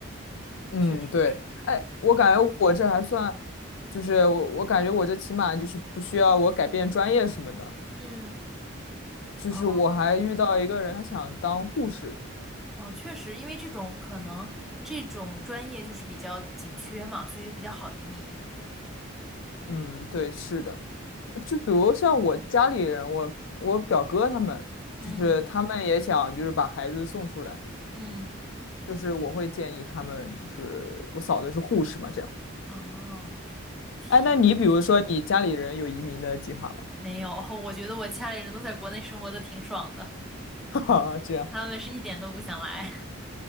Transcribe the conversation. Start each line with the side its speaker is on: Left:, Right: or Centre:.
Left: 嗯，
Centre: 确实是。
Left: 对，哎，我感觉我这还算，就是我我感觉我这起码就是不需要我改变专业什么的。
Centre: 嗯，
Left: 就是我还遇到一个人，
Centre: 哦
Left: 他想当护士。
Centre: 哦，确实，因为这种可能这种专业就是比较紧缺嘛，所以就比较好移民。
Left: 嗯，对，是的，就比如像我家里人，我我表哥他们，
Centre: 嗯
Left: 就是他们也想就是把孩子送出来，
Centre: 嗯，
Left: 就是我会建议他们，就是我嫂子是护士嘛，这样。
Centre: 哦，天，
Left: 哎，那你比如说你家里人有移民的计划吗？
Centre: 没有，<laughs> 我觉得我家里人都在国内生活的挺爽的。
Left: <laughs> 哈哈，这样
Centre: 他们是一点都不想来。